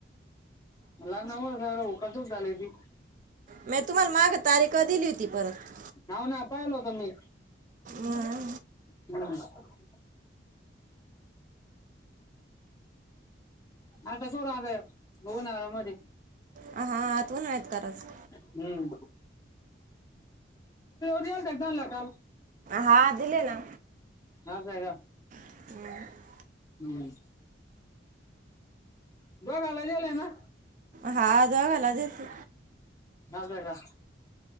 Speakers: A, on the left; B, on the right.
A: <unintelligible> उकासक झालय ती
B: म्या तुम्हाला माग तारीख दिली होती परत
A: हाव ना पाहिल होत ना मी
B: मग
A: <unintelligible> आता सोड अग उन्हाळ्यामध्ये
B: हा आता उन्हाळ्यात कराच-
A: हम्म <unintelligible> झाला काल
B: हा दिले ना
A: हा बय हा
B: <unintelligible>
A: हम्म दोघाला देलय ना
B: हा दोघाला दिलती.
A: सांगाय जा